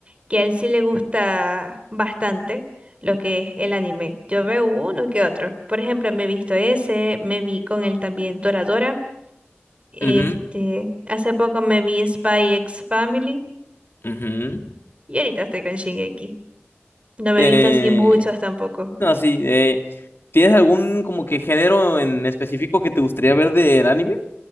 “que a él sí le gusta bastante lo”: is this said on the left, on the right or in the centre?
Right